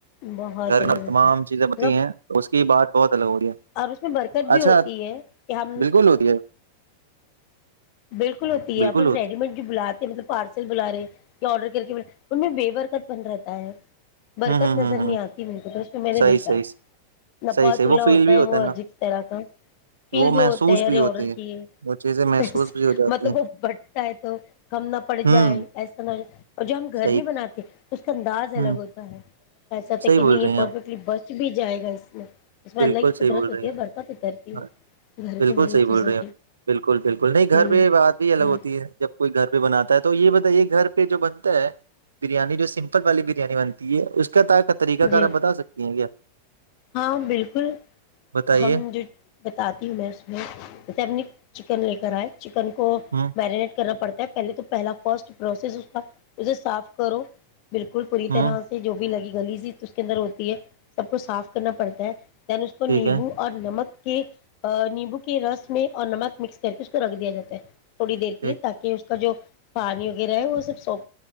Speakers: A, on the left (about 45°); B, on the right (about 70°).
A: بہت
B: گھر
A: الگ
B: میں
A: ہوتی
B: تمام
A: ہے
B: چیزیں بت
A: مطلب
B: ہیں تو اس کی بات بہت الگ ہو رہی ہے
A: اور اس میں برکت بھی
B: اچھا
A: ہوتی ہے کہ ہم
B: بالکل ہوتی ہے
A: بالکل ہوتی
B: بالکل
A: ہے اپن
B: ہوتی
A: ریڈی میڈ جو بلاتے ہیں مطلب پارسل بلا رہے ہیں یا آڈر کر کے ان میں ویور کت بن رہتا ہے برکت
B: ہے۔ ہوں ہوں
A: نظر
B: ہوں
A: نہیں
B: ہوں
A: آتی میر کو تو تو میں نے
B: صحیح
A: دیکھا
B: صحیح
A: نپاتولہ
B: صحیح صحیح وہ فیل
A: ہوتا
B: بھی
A: ہے وہ
B: نا
A: عجیب طرح کا فیل
B: وہ
A: بھی
B: محسوس
A: ہوتا ہے
B: بھی
A: اے
B: ہوتی
A: آڈر
B: ہے
A: س
B: وہ چیزیں محسوس بھی ہو جاتی
A: مطلب
B: ہیں
A: وہ بٹتا ہے تو ہم نہ پٹ
B: ہوں
A: جائے ایسا نہ ہو ج اور جو ہم گھر
B: صحیح
A: میں بناتے ہیں تو اس کا انداز
B: ہ
A: الگ ہوتا ہے ایسا تھا
B: صحیح
A: کہ
B: بول
A: نہیں یہ
B: رہے ہیں
A: پرفیکٹلی
B: آپ
A: بس کچھ بھی جائے گا اس میں اس میں
B: بالکل
A: اللہ کی
B: صحیح
A: قدرت
B: بول
A: ہوتی
B: رہے ہیں
A: ہے برقہ پ اترتی ہے
B: آپ
A: گھر
B: بالکل
A: کو مری
B: صحیح بول
A: چیزوں
B: رہے ہیں آپ، بالکل بالکل نہیں
A: ہوں
B: گھر پہ بات بھی الگ
A: ہوں
B: ہوتی ہے جب کوئی گھر پہ بناتا ہے تو یہ بتا یہ گھر پہ جو بنتا ہے بریانی جو سمپل والی بریانی بنتی ہے اس کے طریقہ
A: جی
B: کار آپ بتا سکتی ہیں کیا
A: ہاں بالکل
B: بتائیے
A: ہم جو بتاتی ہوں میں اس میںے اپنی چکن لے کر آئے چکن کو
B: ہ
A: میرینیٹ کرنا پڑتا پہلے تو پہلا فرسٹ پروسیس اس کا اسے صاف کرو بالکل پوری
B: ہ
A: طرح سے جو بھی لگی گلی اس کے اندر ہوتی ہے سب کوچ صاف کرنا پڑتا ہے یعن اس کو نیبو
B: ٹھیک ہے
A: اور نمک کہ نیمبو کے رس میں اور نمک مکس کر کے اس کو رکھ دیا جاتا ہے تھوڑی دیر کے
B: ٹھیک
A: لی تاکہ کا جو پانی وغیرہ ہے وہ سب س